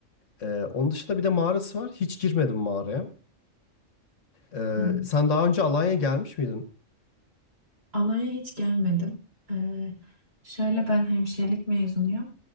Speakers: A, on the left; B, on the right.
A: Ee, onun dışında bir de mağarası var. Hiç girmedim mağaraya. Ee,
B: Hmm.
A: sen daha önce Alanya'ya gelmiş miydin?
B: Alanya hiç gelmedim. Ee, şöyle ben hemşirelik mezunuyum.